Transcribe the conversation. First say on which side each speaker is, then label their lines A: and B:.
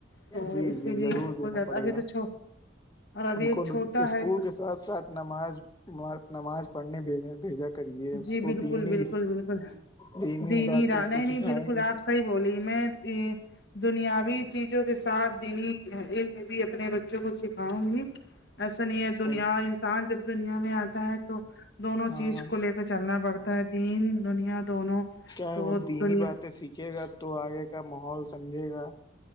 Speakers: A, on the left; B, on the left.
A: تو
B: جی
A: اسی
B: جی
A: لیے
B: ضرور
A: اسکول
B: دینا
A: جاتا
B: پڑے
A: ابھی
B: گا
A: تو اور ابھی
B: ان
A: ایک
B: کو
A: چھوٹا
B: اسکول
A: ہے
B: کے ساتھ ساتھ نماز نماز پڑھنے بھیج بھیجیں کریے اس
A: جی
B: کو
A: بالکل
B: تین
A: بالکل
B: ہی
A: بالکل
B: تین ہی
A: دینی
B: باتیں
A: راہ
B: اس
A: نہیں
B: کو
A: نہیں
B: سکھائے
A: بالکل
B: گا
A: آپ صحیح بولی میں دنیاوی چیزوں کے سات دین علم میں بھی اپنے بچوں کو سکھاؤں گی ایسا نہیں ہے دنیا
B: صحیح
A: انسان جب دنیا میں آتا ہے تو دونوں
B: ہاں
A: چیز کو لتا نا پڑتا ہے دین دنیا دونوں
B: کیا
A: تو
B: وہ دینی
A: دنیا
B: باتیں سیکھے گا تو آگے کا ماحول سمجھے گا